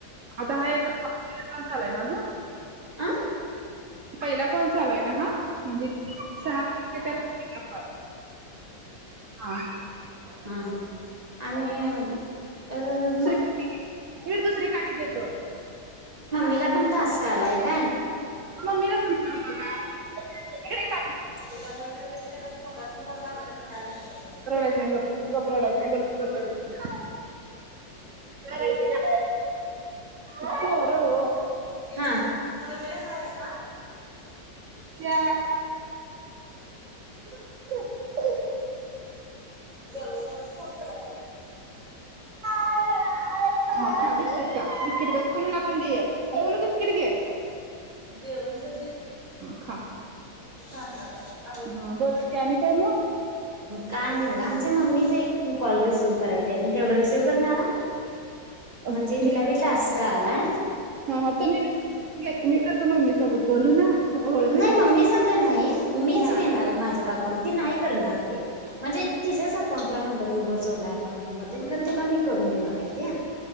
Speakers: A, on the right; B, on the right.
A: आता हा एकच कॉपला काल चालाय ना अजून
B: आं
A: पहिला कॉल चालू आहे ना हा म्हणजे सहा कॉल त्यात कॉल हा
B: हम्म आणि अ म
A: इकडे हीड दुसरे काठी देतो
B: तिला पण ताासका आलाय काय
A: मीलापण क काट
B: त्याच्यामुळे त्या मगाचा फल लागल्या तर दाणार
A: बय सांग गपराडयच गपराडा अ अपो रव
B: हा म मेळ हाय का
A: त्या ह
B: बर मला फोन कराय
A: हा का बिस्किट का बिस्किट का खणून आपण देया बोलू बिस्किट घे
B: जेऊण कधी
A: हा खा
B: हा हा ह
A: हा बोला की आणि काय
B: काय नाही बघा आमच्या मम्मीचा एक कॉल रिसिव्ह करायचा आहे तेवढा रिसीव्ह करणारा म्हणजे
A: मग
B: तिला बिटा असत आला
A: हा तर मीी मी कसं मम्मी सोबत बोलू ना ओळख
B: नाही मग
A: काय
B: मी सांगा नाही मीच
A: हा
B: घेणार आहे माझ्या द अकाउंट ती नाही करणार ते म्हणजे तिच्याच अकाउंटला नंबर विंबर जोडला अकाउंट नंबर खर तिला मी करून देणार आहे ते